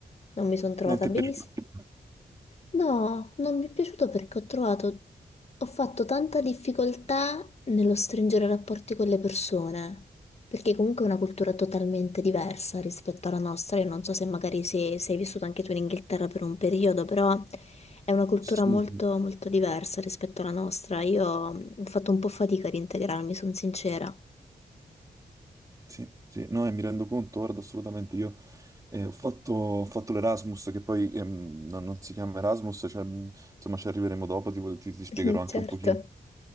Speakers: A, on the left (about 40°); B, on the right (about 20°).
A: Non mi sono trovata
B: Non ti
A: benissimo.
B: è piaciuto?
A: No, non mi è piaciuto perché ho trovato, ho fatto tanta difficoltà nello stringere rapporti con le persone, perché comunque è una cultura totalmente diversa rispetto alla nostra. Io non so se magari se, sei vissuto anche tu in Inghilterra per un periodo, però è una cultura
B: Sì.
A: molto, molto diversa rispetto alla nostra. Io mm, ho fatto un po' fatica ad integrarmi, sono sincera.
B: Sì, sì, no, e mi rendo conto, guarda, assolutamente, io eh, ho fatto, ho fatto l'Erasmus, che poi ehm, non, non si chiama Erasmus, cioè, mh, insomma ci arriveremo dopo, ti, ti- ti spiegherò
A: <laughs>
B: anche
A: Certo.
B: un pochino